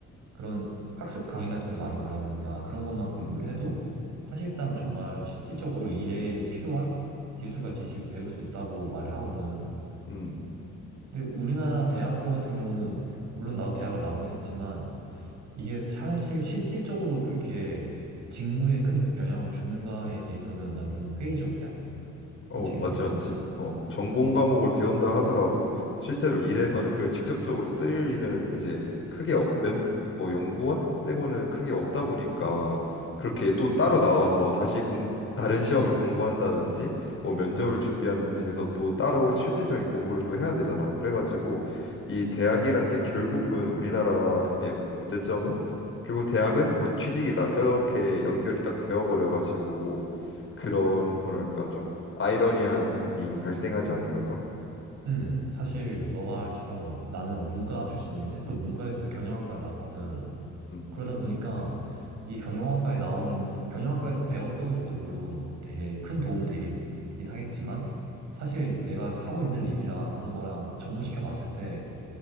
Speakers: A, on the right (about 70°); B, on the left (about 45°).
A: 그런 학습 강의 같은 것도 많이 올라오니까 그런 것만 공부를
B: 음. 음.
A: 해도 사실상 정말 실질적으로 일에 필요한 기술과 지식을 배울 수 있다고 말을 하거든.
B: 음.
A: 근데 우리나라 대학교 같은 경우는 물론 나도 대학을 나오긴 했지만 이게 사실 실질적으로 그렇게 직무에 큰 영향을 주는가에 대해서는 난 좀 회의적이야. 어떻게
B: 어,
A: 생각해?
B: 맞지, 맞지. 어, 전공 과목을 배운다 하더라도 실제로 일에서는 그걸 직접적으로 쓸 일은 이제 크게 어, 몇, 뭐 연구원 빼고는 크게 없다 보니까 그렇게 또 따로 나와서 다시 공, 다른 시험을 공부한다든지 뭐 면접을 준비한다든지 해서 또 따로 실질적인 공부를 또 해야 되잖아. 그래가지고 이 대학이란 게 결국은 우리나라의 문제점은 결국 대학은 곧 취직이다. 이렇게 연결이 딱 되어버려가지고 그런 뭐랄까 좀 아이러니함이 발생하지 않는 걸까?
A: 음, 사실 너 말처럼 나는 문과 출신인데 또 문과에서도 경영학과를 나왔거든.
B: 음,
A: 그러다 보니까 이 경영학과에 나온, 경영학과에서 배웠던 것도 물론 되게 큰 도움이 되긴 하겠지만, 사실 내가 하고 있는 일이랑 그런 거랑 접목시켜 봤을 때